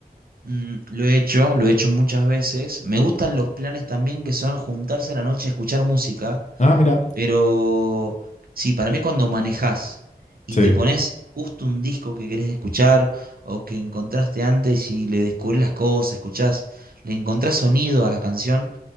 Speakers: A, on the right; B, on the left.
A: Mm, lo he hecho, lo he hecho muchas veces. Me gustan los planes también que son juntarse a la noche a escuchar música,
B: Ah, mira.
A: pero sí, para mí cuando manejás y
B: Sí.
A: te pones justo un disco que querés escuchar o que encontraste antes y le descubrís las cosas, escuchás, le encontrás sonido a la canción